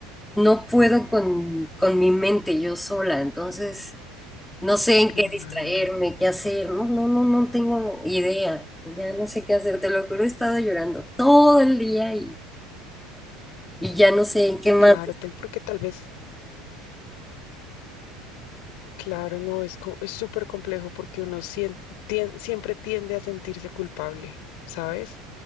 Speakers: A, in the centre; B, on the left.
A: no puedo con, con mi mente yo sola, entonces no sé en
B: Claro,
A: qué distraerme, qué hacer, no, no, no, no tengo idea, ya no sé qué hacer, te lo juro, he estado llorando todo el día y, y ya no sé en qué más.
B: claro, ten- porque tal vez, claro, no, es, co- es súper complejo porque uno sien- tien- siempre tiende a sentirse culpable, ¿sabes?